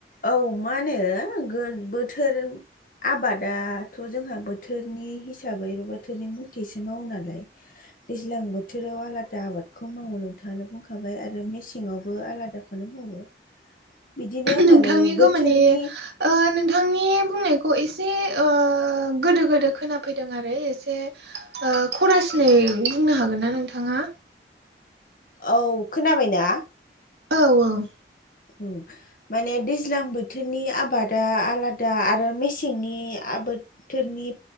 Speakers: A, on the left; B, on the right.
A: औ मा होनो बोथोर आबादाथ' जोंहा बोथोरनि हिसाबै बोथोरनि मथिसो मावो नालाय दैज्लां बोथोराव आलादा आबादखौ मावो नोंथाङा बुंखाबाय आरो मेसेंयावबो आलादा खौनो मावो बिदिनो
B: नोंथांनिखौ
A: माने बोथोरनि
B: माने ओ नोंथांनि बुंनायखौ एसे ओ गोदो गोदो खोनाफैदों आरो एसे ओ खरसिनै बुंनो हागोन ना नोंथाङा।
A: औ खोनाबायना
B: औ औ
A: उ माने दैज्लां बोथोरनि आबादा आलादा आरो मेसेंनि आबाद थोरनि